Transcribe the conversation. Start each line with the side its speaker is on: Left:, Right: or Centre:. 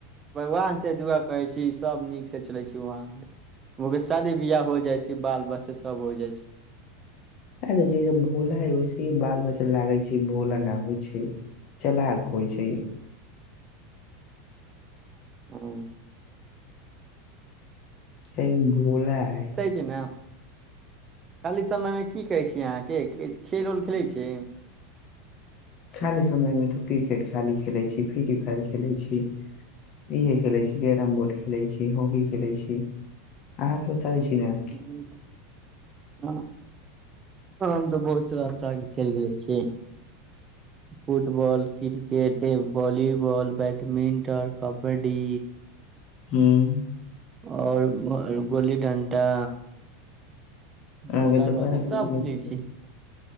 Right: भगवान से दुआ करै छी सभ नीकसे चलै छै वहाँ। ओकर शादी बियाह हो जाइ छै बाल बच्चा सब हो जाइ छै।
Left: अरे जैसे भोला है ओैसे ही बाल बच्चा लागै छै भोलाना होइ छै। चलाक होइ छै।
Right: हूं
Left: एक भोला है।
Right: कि ने खाली समयमे की करै छी अहाँके किछ खेल उल खेलै छी?
Left: खाली समयमे त क्रिकेट खाली खेलै छी फ्री फायर खेलै छी। इहे खेलै छी कैरम बोर्ड खेलो छी हॉकी खेलै छी अहाँ के बताबै छी न।
Right: हूं हं हम तऽ बहुत <unintelligible> के खेल खेलै छी। Football, cricket, volleyball, badminton, kabaddi
Left: हूं
Right: और गोली डंटा।
Left: अहाँके
Right: डोलापाटी
Left: तऽ बड़ा नीक
Right: सब
Left: नीक
Right: खेलै छी
Left: छै